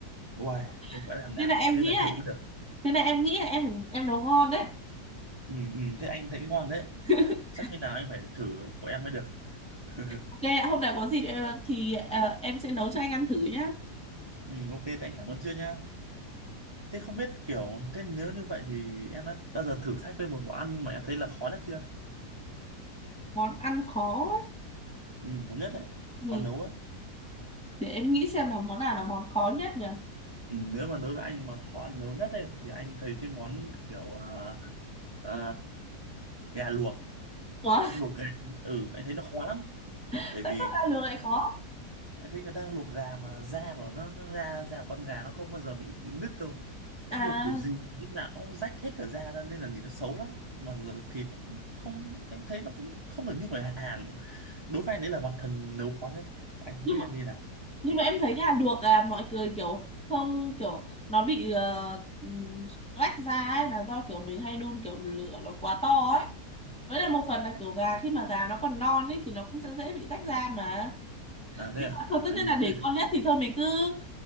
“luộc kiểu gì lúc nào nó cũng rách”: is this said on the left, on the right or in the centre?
Right